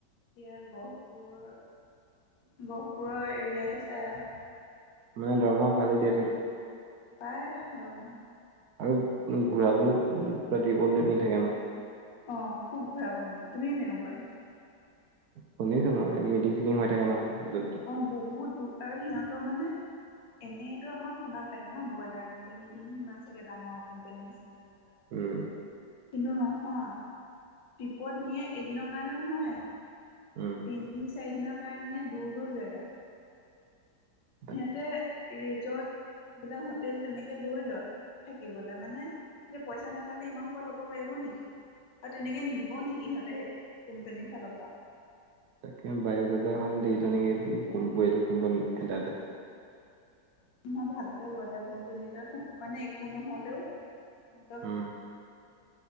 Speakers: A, on the left; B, on the right.
A: এতিয়া গহপুৰ গহপুৰৰ এৰিয়াটো চাই অহ।
B: মানে দৰমহা ভালে দিয়ে চাগে?
A: পায় দৰমহা।
B: আৰু ঘূৰাবও পাতিবলে নি থাকে ন।
A: অ খুব ঘূৰে নিয়ে। তুমি কেনে গম পালে সেইটো।
B: শুনিছো মই মিটিং চিটিং হৈ থাকে ন য'ত ত'ত।
A: অ বহুত দূৰ আৰু সিহতৰ মানে। এনেইতো আমাক শুনাত লাগে ন ব্ৰইলাৰ কোম্পানী কিনো ইমান চাগে ডাঙৰ কোম্পেনীৰ নিচিনা তেনেকুৱা।
B: উম।
A: কিন্তু নহয়, ট্ৰিপত নিয়ে এদিনৰ কাৰণে নহয়।
B: উম।
A: তিনিদিন চাৰিদিনৰ কাৰণে দূৰ দূৰ জেগা।
B: তাক
A: সিহঁতে ৰিজৰ্ট বিলাক হোটেল তেনেকে লৈ লয়। থাকিবলে মানে যে পইচা নেপালে ইমান সূপা ল'ব পাৰিব নেকি? আৰু তেনেকে নিব নেকি সিহঁতে সেই কোম্পেনী ফাল পা?
B: তাকে বায়দাটা এখন দি তেনেকে কুম্পো এটা কোম্পানী এটাতে
A: মই ভালকে ব্ৰইলাৰ কোম্পানী এটা মানে একো নহলেও তেনেকুৱা
B: উম